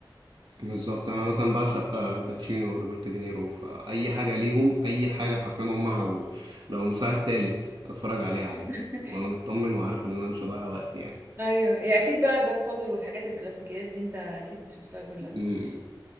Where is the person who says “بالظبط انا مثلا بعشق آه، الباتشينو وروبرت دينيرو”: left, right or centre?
Right